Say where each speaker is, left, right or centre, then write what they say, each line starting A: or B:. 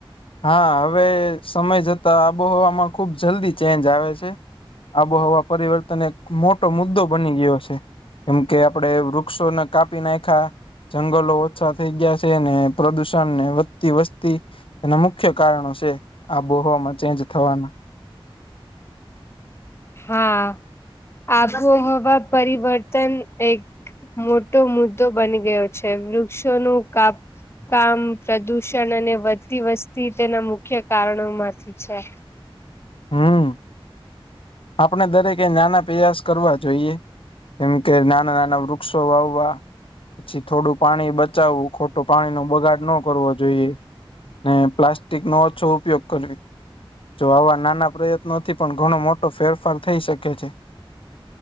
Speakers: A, on the left (about 70°); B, on the left (about 25°).
A: હા હવે સમય જતા આબોહવામાં ખુબ જલ્દી ચેન્જ આવે છે આબોહવા પરિવર્તન એક મોટો મુદ્દો બની ગયો છે કેમ કે આપડે વક્ષો કાપી નાખા જંગલો ઓછા થઈ ગયા છે ને પ્રદુષણ ને વધતી વસ્તી એના મુખ્ય કારણો છે આબોહવામાં ચેન્જ થવાના
B: હા આબોહવા પરિવર્તન એક મોટો મુદ્દો બની ગયો છે વૃક્ષોનું કાપ કામ પ્રદુષણ અને વધતી વસ્તી તેના મુખ્ય કારણો માંથી છે.
A: હમ્મ આપણે દરેકે એ નાના પ્રયાસ કરવા જોઈએ. કેમ કે નાના નાના વૃક્ષો વાવ વા પછી થોડું પાણી બચાવવું ખોટું પાણી નો બગાડ ન કરવો જોઈએ પ્લાસ્ટિક નો ઓછો ઉપયોગ કરવી જો આવા નાના પ્રયત્નોથી પણ ઘણો મોટો ફેરફાર થઈ શકે છે.